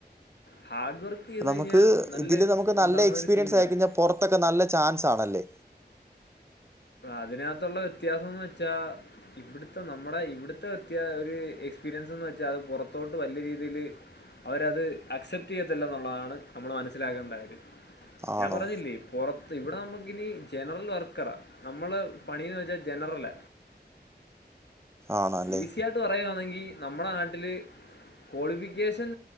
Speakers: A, on the left; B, on the right.
A: ഹാർഡ് വർക്ക് ചെയ്ത്
B: നമുക്ക്
A: കഴിഞ്ഞാൽ നല്ല
B: ഇതില് നമുക്ക്
A: ഇതുണ്ടാവുന്ന
B: നല്ല എക്സ്പീരിയൻസ്
A: ഒരു ഫീൽഡാണ്
B: ആയിക്കഴിഞ്ഞാൽ പുറത്തൊക്കെ നല്ല ചാൻസ് ആണല്ലേ?
A: അതിനകത്തുള്ള വ്യത്യാസംന്ന് വെച്ചാ ഇവിടുത്തെ നമ്മുടെ ഇവിടുത്തെ വ്യത്യാഏ ഒര് എക്സ്പീരിയൻസ് വച്ചാൽ പുറത്തോട്ട് വല്ല്യ രീതിയിൽ. അവരത് ആക്സെപ്റ്റ് ചെയ്യത്തില്ല എന്നുള്ളതാണ് നമ്മൾ മനസ്സിലാക്കേണ്ടാകാര്യം. ഞാൻ
B: ആണോ
A: പറഞ്ഞില്ലേ പുറത്ത് ഇവിടെ നമ്മക്ക്ഇനി ജനറൽ വർക്കറാ നമ്മള് പണിന്ന് വെച്ചാ ജനറല.
B: ആണല്ലേ
A: ഈസി ആയിട്ട് പറയാണെങ്കിൽ നമ്മുടെ നാട്ടില്. ക്വാളിഫിക്കേഷൻ